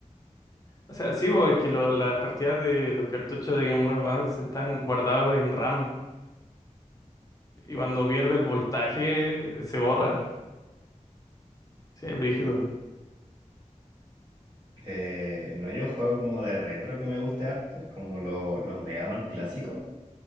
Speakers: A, on the left; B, on the right.
A: O sea, sí, porque es que lo- las partidas de los cartuchos de Game Boy Advance están guardados en RAM y cuando pierde el voltaje eh, se borra. Sí, es brígido.
B: Eh, no hay un juego como de retro que me guste harto, es como lo- los Mega Man clásicos,